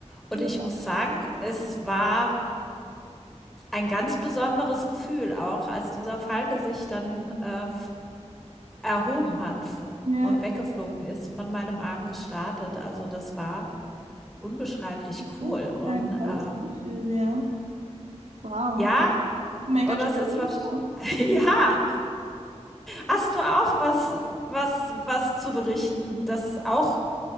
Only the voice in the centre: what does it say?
Und
ich muss sagen, es war ein ganz besonderes Gefühl auch, als dieser Falke sich dann äh, erhoben hat v
und weggeflogen ist, von meinem Arm gestartet. Also, das war unbeschreiblich
cool
und,
ähm
ja,
und das
ist was
<laughs>
ja,
hast du auch was was was zu berichten, das auch